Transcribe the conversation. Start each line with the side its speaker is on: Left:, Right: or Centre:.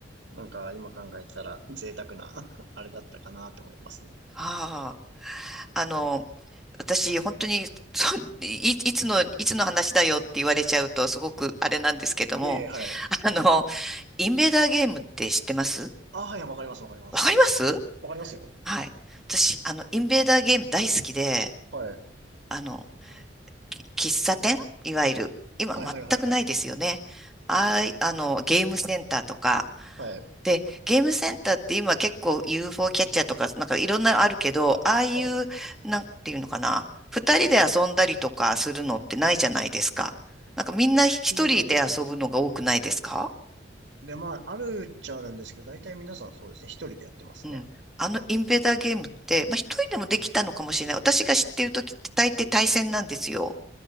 Right: なんか今考えたら贅沢な <laughs> あれだったかなと思いますね。
Centre: ああ。あの、私、本当に、<laughs> そう、い、いつの、いつの話だよって言われちゃうと、すごくあれなんですけども、
Right: いやいや、はい。
Centre: <laughs> あの、インベーダーゲームって知ってます
Right: あ、はい、わかります、わかります。
Centre: わかります
Right: わかりますよ。
Centre: はい。私、あの、インベーダーゲーム大好きで、
Right: はい。
Centre: あの、き喫茶店いわゆる、今全くないですよね。
Right: はいはいはいはい。
Centre: ああい、あの、ゲームセンターとか、
Right: はい。
Centre: で、ゲームセンターって今結構 UFO キャッチャーとか、なんかいろんなのあるけど、ああいう、
Right: はい。
Centre: なんていうのかな、二人で遊んだりとかするのってないじゃないですか。なんかみんな一人で遊ぶのが多くないですか
Right: そうです。で、まあ、あるっちゃあるんですけど、大体皆さんそうですね、一人でやってますね。
Centre: うん。あのインベーダーゲームって、まあ、一人でもできたのかもしれない。私が知ってる時って大抵対戦なんですよ。